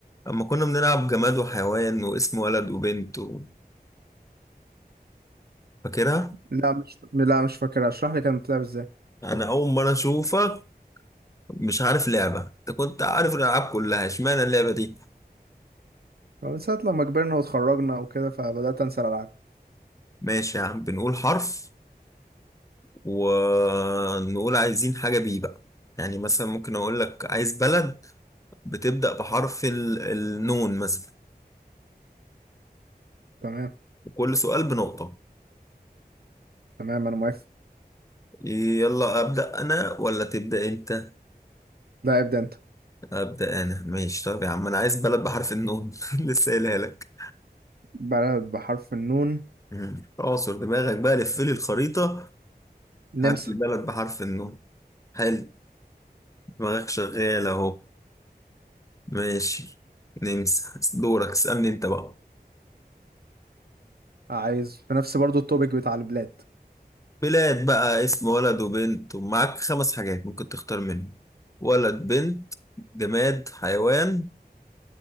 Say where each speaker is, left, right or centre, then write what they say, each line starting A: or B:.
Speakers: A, on the left; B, on the right.
A: اما كنا بنلعب جماد وحيوان واسم ولد وبنت و... فاكرها
B: لا مش لا مش فاكر اشرح لي كانت بتلعب ازاي
A: انا اول مره اشوفك مش عارف لعبه انت كنت عارف الالعاب كلها اشمعنى اللعبه دي
B: من ساعه لما كبرنا واتخرجنا وكده فبدات انسى الالعاب
A: ماشي يا عم بنقول حرف ونقول عايزين حاجة بيه بقى يعني مثلا ممكن أقول لك عايز بلد بتبدأ بحرف ال- النون مثلا
B: تمام
A: وكل سؤال بنقطة
B: تمام انا موافق
A: يلا أبدأ أنا ولا تبدأ أنت
B: لا ابدا انت
A: أبدأ أنا ماشي طب يا عم أنا عايز بلد بحرف النون <laughs> لسه قايلها لك
B: بلد بحرف النون
A: مم. اعصر دماغك بقى لف لي الخريطة
B: نمسا
A: هات لي بلد بحرف النون حلو دماغك شغال أهو ماشي نمسح دورك اسألني أنت بقى
B: عايز في نفس برضو التوبيك بتاع البلاد
A: بلاد بقى اسم ولد وبنت ومعاك خمس حاجات ممكن تختار منهم ولد بنت جماد حيوان